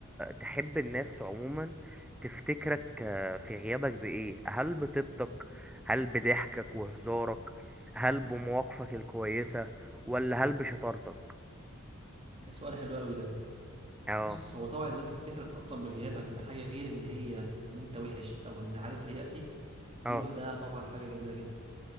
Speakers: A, in the centre; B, on the right (about 30°).
A: تحب الناس عموما تفتكرك آه، في غيابك بإيه؟ هل بطيبتك؟ هل بضحكك وهزارك؟ هل بمواقفك الكويسة؟ ولا هل بشطارتك؟
B: السؤال حلو قوي ده
A: اه
B: بص هو طبعا الناس تفتكرك اصلا بغيابك بحاجة غير ان هي ان انت وحش او ان عادة سيئة فيك دي
A: اه
B: لوحدها طبعا حاجة جميلة جدا